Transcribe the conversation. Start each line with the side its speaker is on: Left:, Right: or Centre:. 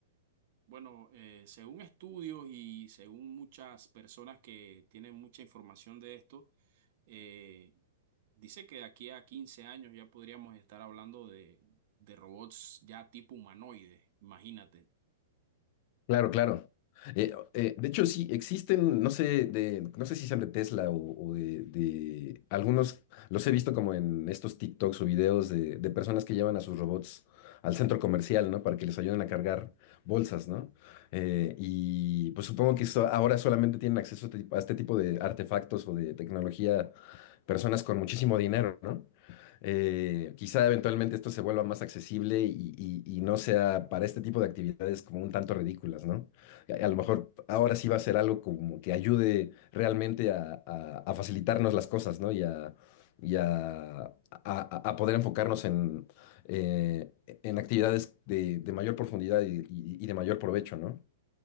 Right: Bueno, eh, según estudios y según muchas personas que tienen mucha información de esto, eh, dice que de aquí a 15 años ya podríamos estar hablando de, de robots ya tipo humanoide, imagínate.
Left: Claro, claro. Eh, eh, de hecho, sí, existen, no sé, de, no sé si sean de Tesla o, o de, de- algunos, los he visto como en estos TikToks o videos de, de personas que llevan a sus robots al centro comercial, ¿no? Para que les ayuden a cargar bolsas, ¿no? Eh, y pues supongo que so- ahora solamente tienen acceso a este tipo a este tipo de artefactos o de tecnología personas con muchísimo dinero, ¿no? Eh, quizá eventualmente esto se vuelva más accesible y, y- y no sea para este tipo de actividades como un tanto ridículas, ¿no? A, a lo mejor ahora sí va a ser algo como que ayude realmente a, a- a facilitarnos las cosas, ¿no? Y a, y a, a- a- a poder enfocarnos en, eh, en actividades de, de mayor profundidad y, y- y de mayor provecho, ¿no?